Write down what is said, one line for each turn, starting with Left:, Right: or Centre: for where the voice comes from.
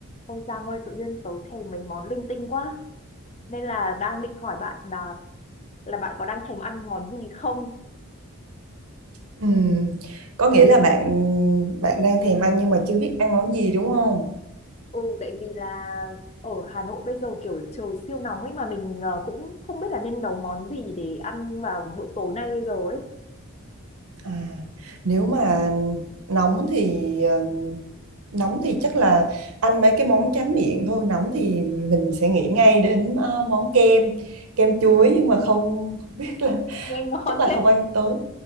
Left: Ôi Giang ơi, tự nhiên tớ thèm mấy món linh tinh quá. Nên là đang định hỏi bạn là, là bạn có đang thèm ăn món gì không?
Right: Ừm, Có nghĩa là bạn bạn đang thèm ăn nhưng mà chưa biết ăn món gì đúng không?
Left: Ừ, tại vì là ở Hà Nội bây giờ kiểu trời siêu nóng ấy mà mình ờ, cũng không biết là nên nấu món gì để ăn vào bữa tối nay bây giờ ấy.
Right: À, nếu mà nóng thì ờ, nóng thì chắc là ăn mấy cái món tráng miệng thôi. Nóng thì mình sẽ nghĩ ngay đến ờ, món kem, kem chuối nhưng mà không không biết là
Left: Nghe ngon
Right: chắc là
Left: thế.
Right: không ăn tới.